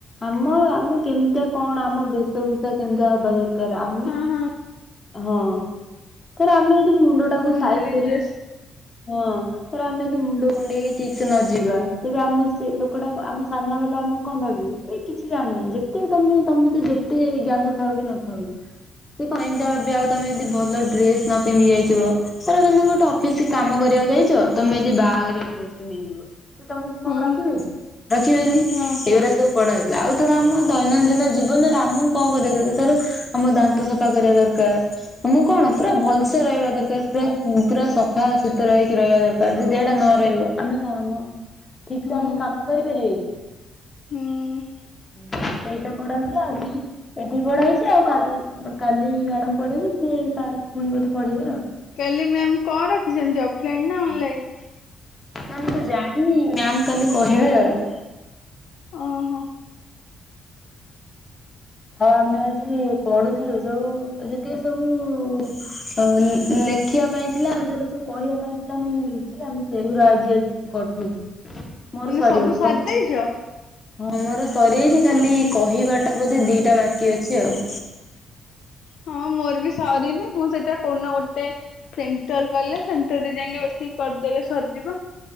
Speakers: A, on the left; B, on the left.
A: ଆମ ଆମେ କେମିତିଆ କଣ, ଆମ ବେଶଭୂଷା କେମିତିଆ ହବା ଦର କାର ଆମେ
B: ହଁ ହଁ
A: ହଁ ଧର ଆମେ ଏଇଠି ମୁଣ୍ଡ ତାକୁ
B: ବୁଝିଲି
A: ସାଇଜ୍ କରିକି,
B: ଡ୍ରେସ୍
A: ହିଁ ଧର ଆମେ ଏଇଠି ମୁଣ୍ଡ କୁଣ୍ଡେଇକି ଠିକ୍ ସେ ନ ଯିବା ତେବେ ଆମ ସେ ଲୋକଟା ଆମ ସାମ୍ନା ବାଲା ଆମକୁ କଣ ଭାବିବେ, ଏଇ କିଛି ଜାଣିନି। ଯେ ତେଣୁ ତୋମେ ତୋମ ଭିତିରେ ଯେତେ ଜ୍ଞାନ ଥାଉ କି ନ ଥାଉ। ସେ କଣ ଏମତି ବି ଆଉ ତୋମେ ଯଦି ଭଲ ଡ୍ରେସ୍ ନ ପିନ୍ଧିକି ଯାଇଥିବ। ଧର ତୋମେ ଗୋଟେ ଅଫିସି କାମ କରିବାକୁ ଯାଇଛ, ତୋମେ ଯଦି ବାହାଘରିଆ ଡ୍ରେସ୍ ଟେ ନେଇଯିବ ସେ ତୋମକୁ
B: ହୁଁ
A: କଣ ରଖିବେନି। ରଖିବେନି
B: ହଁ
A: ଏଇ
B: ହଁ
A: ଗୁଡା ସବୁ ପଢା ହେଇଥିଲା। ଆଉ ଧର ଆମ ଦୈନନ୍ଦିନ ଜୀବନରେ ଆମକୁ କଣ କରିବା କଥା ଧର ଆମ ଦାନ୍ତ ସଫା କରିବା ଦରକାର। ମୁଁ କଣ ପୁରା ଭଲସେ ରହିବା ଦରକାର, ପୁରା ଉଁ, ପୁରା ସଫା ସତୁରା ହେଇକି ରହିବା ଦରକାର। ଯଦି ଏଇଟା ନ ରହିବ ଆମେ କନ ଠିକ୍
B: ହୁଁ
A: ସେ ଆମେ କାମ କରିପାରିବା କି?
B: ହୁଁ
A: ହୁଁ, ସେଇଟା ପଢା ହଉଥିଲା, ଆଜି ଅଧେ ପଢା ହେଇଛି ଆଉ କାଲି ତ କାଲି ମ୍ୟାଡାମ୍ ପଢ଼େଇବେ କେ ସାର୍ ପୁଣି ବୋଧେ ପଢେଇବେ ଆଉ।
B: କାଲି ମ୍ୟାମ୍ କଣ ରଖିଛନ୍ତି ଅଫ୍ ଲାଇନ୍ ନା ଅନ୍ ଲାଇନ୍?
A: ନା ମୁଁ ତ ଜାଣିନି ମ୍ୟାମ୍ କାଲି କହିବେ ଆଉ।
B: ଅ, ହଁ।
A: ହଁ ଆମେ ଆଜି ପଢୁଥିଲୁ ସବୁ ଏ ଯେତିିକ ସବୁ ଅ, ଲି-ଲେଖିବା ପାଇଁ ଥିଲା, ଆଉ ଯୋଉରା ସବୁ କହିବା ପାଇଁ ଥିଲା ଆମେ ଇଂଲିଶରେ ଆମ ସେଇ ଗୁରା ଆଜି ଆଜି କରୁଥିଲି, ମୋର
B: ମାନେ
A: ସରିଗଲା,
B: ସବୁ ସାରି
A: ତୋମ
B: ଦେଇଛ
A: ମନରୁ ସରିଯାଇଛି, ଖାଲି କହିବା ଟା ବୋଧେ ଦିଟା ବାକି ଅଛି ଆଉ।
B: ହଁ, ମୋର ବି ସରିନି, ମୁଁ ସେଟା କୋଉନ ଗୋଟେ ସେଣ୍ଟର ଗଲେ, ସେଣ୍ଟର ରେ ଯାଇକି ବସିକି କରିଦେଲେ ସରିଯିବ।